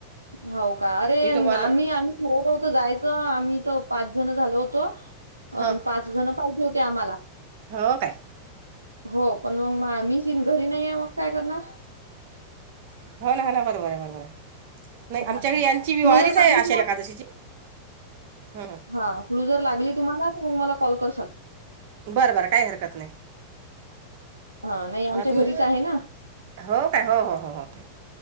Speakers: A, on the right; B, on the right.
A: हो का अरे
B: विठोबानं
A: आम्ही आम्ही ठरवलं होत जायचं आम्ही तर पाच जण झालो होतो अ
B: हं
A: पाच जण पाहिजे होते आम्हाला
B: हो काय
A: हो पण मग म मी सी घरी नाही आहे मग काय करणार
B: हो ना ह ना बरोबर आहे बरोबर आहे नाही
A: हां.
B: आमच्या घरी यांची
A: क्लुजर
B: वारीच आहे
A: लागली
B: आषाढी
A: ना
B: एकादशीची ह
A: हा क्लूजर लागली तुम्हाला तर मग मला कॉल करसाल
B: बरं बरं काही हरकत नाही
A: हा नाही
B: हां
A: आमच्या
B: तुम
A: घरीच आहे ना
B: हो काय हो हो हो हो